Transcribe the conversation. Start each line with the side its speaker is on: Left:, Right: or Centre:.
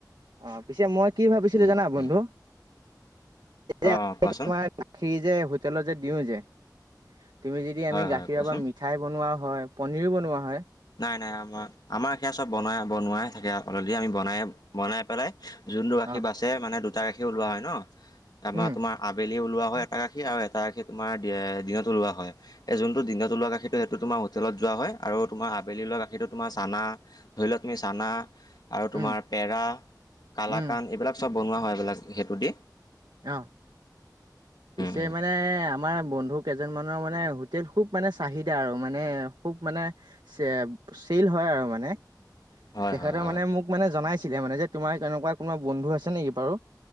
Right: অ' পিছে মই কি ভাবিছিলো
Left: উম
Right: জানা বন্ধু?
Left: উম
Right: যে
Left: অঁ অঁ কোৱাচোন
Right: তোমাৰ গাখীৰ যে হোটেলত যে দিওঁ যে তুমি যদি আমি
Left: হয় হয়
Right: গাখীৰৰ
Left: কোৱাচোন
Right: পৰা মিঠাই বনোৱা হয় পনীৰো বনোৱা হয়।
Left: নাই নাই আমাৰ আমাৰ সেয়া চব বনাই বনোৱাই থাকে অলৰেড আমি বনাই বনাই পেলাই যোনটো গাখীৰ
Right: অ
Left: বাচে মানে দুটা গাখী ওলোৱা হয় ন, তাৰপ
Right: উম
Left: তোমাৰ আবেগ ওলোৱা হয় এটা গাখী আৰু এটা গাখ তোমাৰ দিনত ওলোৱা হয় এই যোনটো দিনত ষতটো সেইটো তোমাৰ হোষ্টেলত যোৱা হয় আৰু তোমাৰ আবেলি লোৱা গাখীৰো তোমাৰ চানা ধৰি লোৱা তুমি চানা আৰু তোমাৰ
Right: উম
Left: পেৰা কালাকান
Right: উম
Left: এইবিলাক চব বনোৱা হয় এইবিলাক সেইটোদি।
Right: আহ। পিছে
Left: উম
Right: মানে আমাৰ বন্ধু কেইজন মানৰ মানে হোটেল খুব মানে চাহিদা আৰু মানে খুব মানে চ চেইল হয় আৰু মানে।
Left: হয়
Right: তেখেতে
Left: হয় হয়
Right: মানে মোক মানে জনাইছিলে মানে যে তোমাৰ কেনেকুৱা কোনবা বন্ধু আছে নেকি বাৰু?